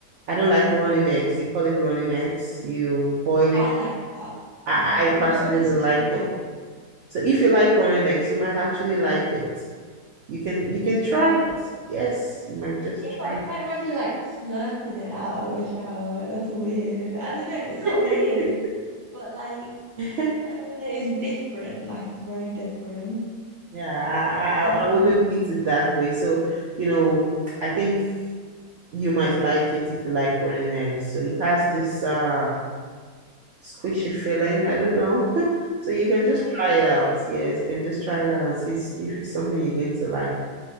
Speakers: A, on the right; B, on the left.
A: I don't like running eggs. They call it running eggs. You boil
B: oh,
A: it.
B: I like that.
A: I,
B: Yeah,
A: I
B: but
A: personally
B: not when it's
A: don't
B: too
A: like it.
B: much.
A: So if you like running eggs, you might actually like it. You can you can try
B: Oh,
A: it. Yes, you might just
B: yeah,
A: try
B: but I can't imagine like slurping it out of a shower. Like that's weird. I don't know. It's not
A: it.
B: weird, but like
A: <laughs>
B: I don't know. It's different. Like it's very different.
A: Yeah, I,
B: And
A: I I wouldn't eat it that way. So, you know, I think you might like it if you like running eggs. So it has this uh squishy feeling. I don't know. <laughs> So you can just
B: um,
A: try it out. Yes, you can just try it out and see if it's something you're going to like.